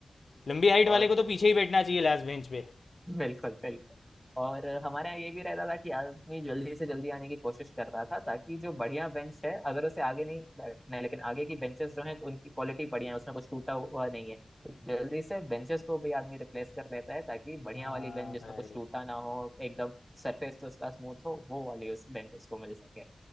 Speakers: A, on the left (about 60°); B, in the centre.
A: लंबी हाइट
B: बिल्कुल
A: वाले को तो पीछे ही बैठना चाहिए लास्ट बेंच पे
B: बिल्कुल बिल्कुल और हमारे यहाँ ये भी रहता था कि आदमी जल्दी से जल्दी आने की कोशिश करता था ताकि जो बढ़िया बेंच है अगर उसे आगे नहीं बैठना है लेकिन आगे की बेंचेस जो हैं उनकी क्वालिटी बढ़िया है उसमें कुछ टूटा हुआ नहीं है तो जल्दी से बेंचेस को भी आदमी रिप्लेस कर लेता है ताकि बढ़िया
A: हाँ
B: वाली बेंच जिसमें
A: भाई
B: कुछ टूटा ना हो एकदम सरफेस तो उसका स्मूथ हो वो वाली उस बेंचेस को मिल सके